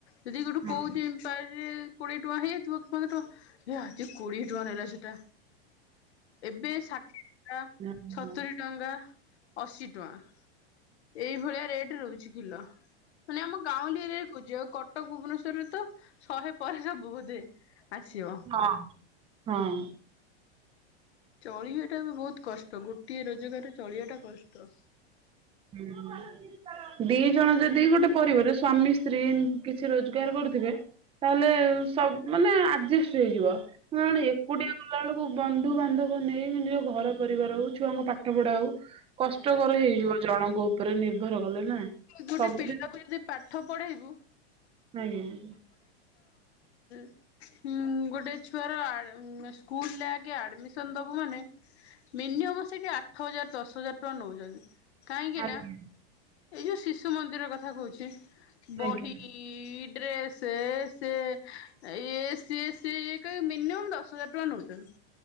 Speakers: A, on the left; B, on the right.
A: ଯଦି ଗୋଟେ
B: ହଁ
A: କୋଉଦିନ ପାରେ କୋଡିଏ ଟଙ୍କା ହେଇଯାଇଥିବ ପନ୍ଦର ଟଙ୍କା ଆଜି କୋଡିଏ ଟଙ୍କା ନେଲା ସେଟା। ଏବେ ଷାଠିଏଟା
B: ହଁ
A: ଛ
B: ହଁ।
A: ଟଙ୍କା ଅଶୀ ଟଙ୍କା ଏଇଭଳିଆ ରେଟ ରହୁଛି କିଲୋ। ମାନେ ଆମ ଗାଉଁଲି ଏରିଆରେ କହୁଛି, ଆଉ କଟକ ଭୁବନେଶ୍ୱର ରେ ତ ଶହେ ପରେ ସବୁ ବୋଧେ। ଆସିବ
B: ହଁ ହଁ।
A: ଚଳିବା ଟା ବହୁତ କଷ୍ଟ ଗୋଟିଏ ରୋଜଗାରରେ ଚଳିବା ଟା କଷ୍ଟ।
B: ହୁଁ, ଦି ଜଣ ଯଦି ଗୋଟେ ପରିବାର ସ୍ଵାମୀ ସ୍ତ୍ରୀ ଏମିତି କିଛି ରୋଜଗାର କରୁଥିବେ। ତାହେଲେ ସବୁ ମାନେ ଆଡଜଷ୍ଟ ହେଇଯିବ ନହେଲେ ଏକୁଟିଆ କଲା ବେଳକୁ ବନ୍ଧୁ ବାନ୍ଧବ ନେଇ ନିଜ ଘର ପରିବାର ହଉ ଛୁଆଙ୍କ ପାଠ ପଢା ହଉ କଷ୍ଟକର ହେଇଯିବ ଜଣଙ୍କ ଉପରେ ନିର୍ଭ ଘର ଗଲେ ନା
A: ଗୋଟେ
B: ସବୁ
A: ପିଲାକୁ
B: ବେଳେ,
A: ଯଦି ପାଠ ପଢେଇବୁ
B: ଆଜ୍ଞା। <inaudible>
A: ହଁ ଗୋଟେ ଛୁଆର ସ୍କୁଲରେ ଆଗେ ଆଡମିସନ ଦବୁ ମାନେ ମିନିଅବ ସେଠି ଆଠ ହଜାର ଦଶ ହଜାର ଟଙ୍କା ନଉଛନ୍ତି କାହିଁକି
B: ଆଜ୍ଞା।
A: ନା ଏଇ ଯୋଉ ଶିଶୁ ମନ୍ଦିରର କଥା କହୁଚି ବହି
B: ଆଜ୍ଞା ଆଜ୍ଞା
A: ରେ ସେ ସେ ଇଏ ସିଏ ସିଏ କଇବେ, ମିନିମ ଦଶ ହଜାର ଟଙ୍କା ନେଉଛନ୍ତି।